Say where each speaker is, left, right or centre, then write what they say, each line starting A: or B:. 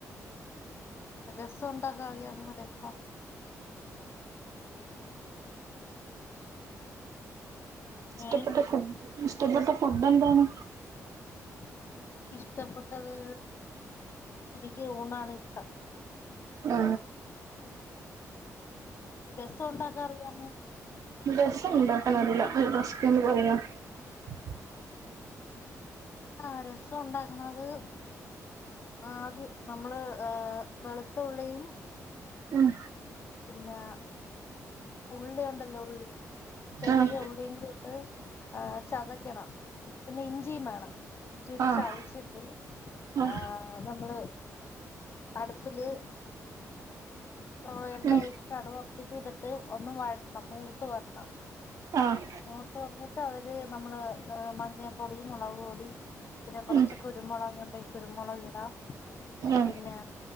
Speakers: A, on the left; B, on the right.
A: രസം ഉണ്ടാക്കാനറിയാമോ രസം
B: <unintelligible>
A: ഏഹ്
B: ഇഷ്ടപ്പെട്ട ഫുഡ് എന്താണ്
A: എനിക്കിഷ്ടപ്പെട്ടത് എനിക്ക് ഊണാണിഷ്ടം
B: ആ
A: രസം ഉണ്ടാക്കാൻ അറിയാമോ
B: രസ്സ ഉണ്ടാക്കാൻ അറില്ല <unintelligible>
A: ആ രസം ഉണ്ടാക്കണത് ആദ്യം നമ്മള് ഏ വെളുത്തുള്ളും
B: ഉം
A: ആ പിന്നെ ഉള്ളി ഉണ്ടല്ലേ ഉള്ളി ചെറിയ
B: ആഹ്
A: ഉള്ളി <unintelligible> ചതക്കണം പിന്നെ ഇഞ്ചിയും വേണം ഇഞ്ചിട്ട്
B: ആഹ്
A: ചതച്ചിട്ട്
B: ആഹ്
A: ആ
B: ആഹ്
A: നമ്മള് അടുപ്പില് നമ്മള് എണ്ണ
B: ഉം
A: ഒഴിച്ചിട്ട് കടു വറത്തിട്ട് ഇതിട്ട് ഒന്നും വഴറ്റണം മൂത്ത് വരണം
B: ആഹ്
A: മൂത്ത് വന്നിട്ട് അതില് നമ്മള് മഞ്ഞപ്പൊടി മുളക് പൊടി പിന്നെ കൊറച്ച്
B: ഉം
A: കുരുമുളക്ണ്ടെങ്ക കുരുമുളക് ഇടാം
B: ഉം
A: പിന്നെ